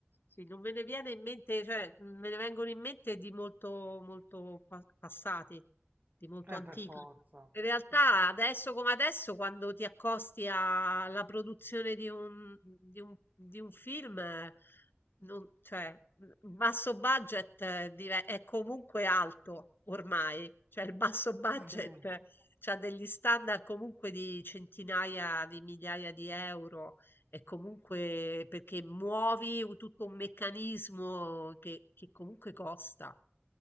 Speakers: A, on the left; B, on the right.
A: Sì, non me ne viene in mente, cioè mhmm, me ne vengono in mente di molto, molto pa- passati, di molto
B: eh,
A: antichi.
B: per forza.
A: In realtà,
B: Eh, Sì.
A: adesso come adesso, quando ti accosti a- alla produzione di un, di un- di un film, eh, non- cioè, il basso budget eh, dive- è comunque alto ormai, cioè il basso budget
B: Sì.
A: ha degli standard comunque di centinaia di migliaia di euro è comunque perché muovi un- tutto un meccanismo che, che comunque costa.